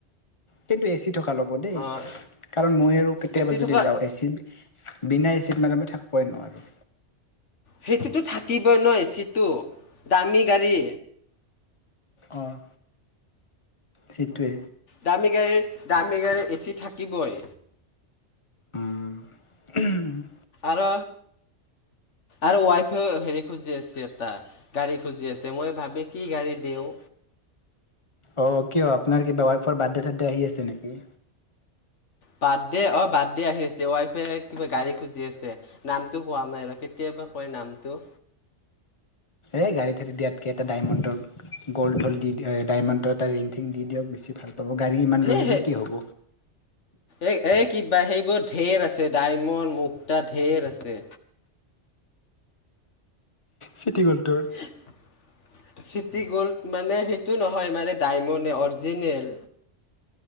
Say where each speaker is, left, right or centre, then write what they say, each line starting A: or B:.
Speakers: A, on the left (about 25°); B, on the left (about 85°).
A: কিন্তু এ চি থকা ল'ব দেই,
B: অঁ
A: কাৰণ মই আৰু কেতিয়াবা
B: এ চি
A: যদি
B: থকা
A: যাওঁ, এচি বিনা এচিত মান মই থাকিবই নোৱাৰো।
B: সেইটোতো থাকিবই নয় এচিটো, দামী গাড়ী।
A: অঁ সেইটোৱে।
B: দামী গাড়ীৰ, দামী গাড়ী এচি থাকিবই।
A: উম উমহ।
B: আৰু আৰু ৱাইফাইও হেৰি খুজি আছে এটা। গাড়ী খুজি আছে, মই ভাবি কি গাড়ী দিওঁ।
A: অ কিয়? আপোনাৰ কিবা ৱাইফৰ বাৰ্থডে থাৰ্থডে আহি আছে নেকি?
B: বাৰ্থডে অ বাৰ্থডে আহি আছে ৱাইফে কিবা গাড়ী খুজি আছে। নামটো কোৱা নাই আৰু কেতিয়াবা কয় নামটো।
A: এই গাড়ী ঠিকেই দিয়াতকে এটা ডাইমণ্ডৰ গ'ল্ড চল দি ডায়মণ্ডৰ এটা ৰিং ঠিং দি দিয়ক, বেছি ভাল পাব গাড়ী ইমান
B: এই
A: লৈ ললে
B: সেই
A: কি হ'ব?
B: এই এই কিবা সেইবোৰ ঢেৰ আছে ডায়মণ্ড, মুক্তা ঢেৰ আছে।
A: চিটি গ'লটোৰ।
B: <inaudible> চিটি গ'ল্ড মানে সেইটো নহয়, মানে ডায়মণ্ডে অৰিজিনেল।